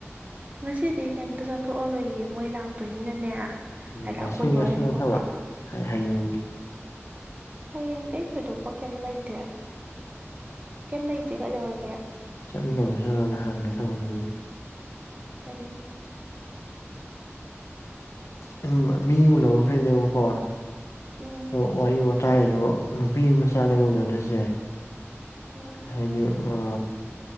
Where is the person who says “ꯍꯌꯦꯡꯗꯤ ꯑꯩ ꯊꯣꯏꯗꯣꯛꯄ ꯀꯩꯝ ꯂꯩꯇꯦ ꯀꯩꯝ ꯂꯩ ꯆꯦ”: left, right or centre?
Right